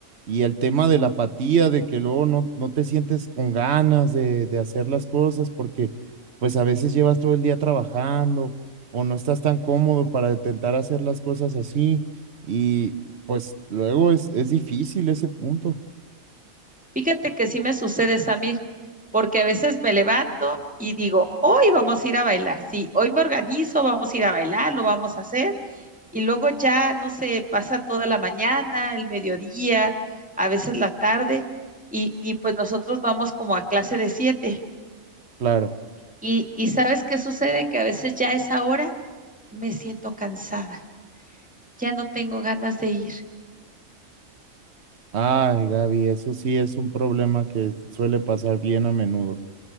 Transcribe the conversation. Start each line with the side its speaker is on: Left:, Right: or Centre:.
Right: Y el tema de la apatía, de que luego no, no te sientes con ganas de, de hacer las cosas porque pues a veces llevas todo el día trabajando o no estás tan cómodo para intentar hacer las cosas así. Y pues luego es, es difícil ese punto,
Centre: Fíjate que sí me sucede, Samir, porque a veces me levanto y digo, hoy vamos a ir a bailar, sí, hoy me organizo, vamos a ir a bailar, lo vamos a hacer, y luego ya, no sé, pasa toda la mañana, el mediodía, a veces la tarde, y, y pues nosotros vamos como a clase de siete,
Right: claro.
Centre: y, y ¿sabes qué sucede? Que a veces ya a esa hora me siento cansada, ya no tengo ganas de ir.
Right: Ay, Gaby, eso sí es un problema que suele pasar bien a menudo.